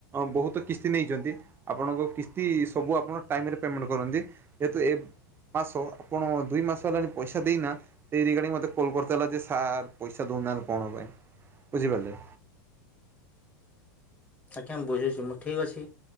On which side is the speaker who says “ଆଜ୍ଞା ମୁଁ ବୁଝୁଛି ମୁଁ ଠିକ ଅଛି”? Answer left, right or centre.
Left